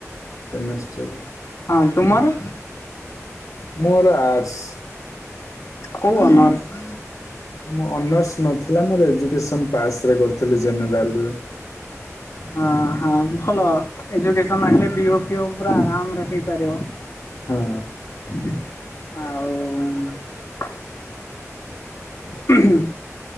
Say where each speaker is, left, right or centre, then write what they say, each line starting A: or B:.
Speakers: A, on the left (about 85°); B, on the left (about 55°).
A: କେମେଷ୍ଟ୍ରୀ।
B: ହଁ ତୁମର?
A: ମୋର ଆର୍ଟ୍ସ।
B: କୋଉ ଅନର୍ସ?
A: ମୁଁ ଅନର୍ସ ନଥିଲା ମୋର ଏଜୁକେସନ ପାସ୍ ରେ କରିଥିଲି ଜେନେରାଲ ରେ।
B: ହଁ ହଁ ଭଲ ଏଜୁକେସନ୍ ହେଲେ ବି ଓ ଫି ଓ ପୁରା ଆରାମରେ ହେଇପାରିବ।
A: ହଁ।
B: ଆଉ ହଁ